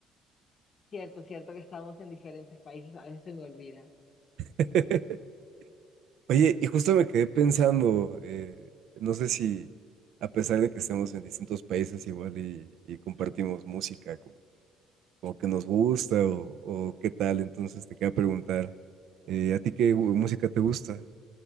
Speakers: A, on the left; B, on the right.
A: Cierto, cierto que estamos en diferentes países, a veces se me olvida.
B: <laughs> Oye, y justo me quedé pensando, eh, no sé si a pesar de que estemos en distintos países igual y, y compartimos música como, como que nos gusta o, o qué tal, entonces te quería preguntar, eh, ¿a ti qué gu- música te gusta?